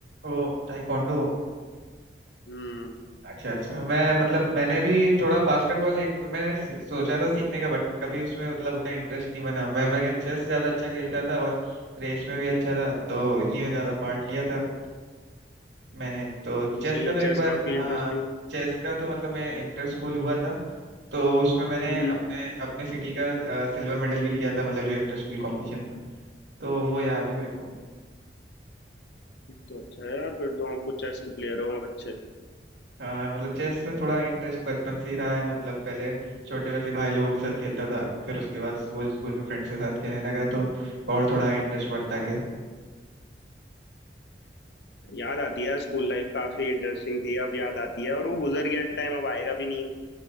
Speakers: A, on the right; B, on the left.
A: ओ ताइक्वांडो
B: हम्म
A: अच्छा अच्छा मैं मतलब मैंने भी थोड़ा बास्केटबॉल एक मैंने सि- सोचा था सीखने का बट कभी उसमें मतलब उतना इंटरेस्ट नहीं बना मैं मैं चेस ज्यादा अच्छा खेलता था और रेस में भी अच्छा था तो इसी में ज्यादा पार्ट लिया था मैंने तो चेस
B: नहीं, सही
A: का
B: है
A: तो एक
B: चेस
A: बार
B: काफी
A: हाँ
B: इंटरेस्टिंग
A: चेस का तो मतलब मैं इंटर स्कूल हुआ था तो उसमें मैंने
B: हम्म
A: अपने अपने सिटी का सिल्वर मेडल भी लिया था मतलब जो इंटर स्कूल कॉम्पिटिशन था तो वो याद है मेरे को
B: फिर तो अच्छा है यार फिर तो आप कुछ चेस के प्लेयर हो आप अच्छे
A: हाँ मतलब चेस में थोड़ा इंटरेस्ट बचपन से ही रहा है मतलब पहले छोटे वैसे भाई लोगों के साथ खेलता था फिर उसके बाद स्कूल स्कूल में फ्रेंड्स के साथ खेलने लगा तो और थोड़ा इंटरेस्ट बढ़ता गया
B: याद आती है स्कूल लाइफ काफी इंटरेस्टिंग थी अब याद आती है और वो गुजर गया टाइम अब आएगा भी नहीं